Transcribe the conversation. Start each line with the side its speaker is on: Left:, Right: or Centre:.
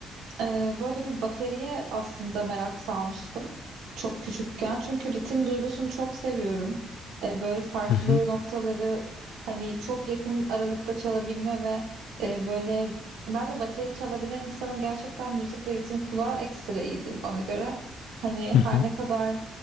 Right: e, böyle bir bateriye aslında merak salmıştım. Çok küçükken. Çünkü ritim duygusunu çok seviyorum. E, böyle farklı
Left: Hı hı.
Right: noktaları hani çok yakın aralıkta çalabilme ve e, böyle bence bateri çalabilen insanın gerçekten müzik ve ritim kulağı ekstra iyidir bana göre. Hani
Left: Hı hı.
Right: her ne kadar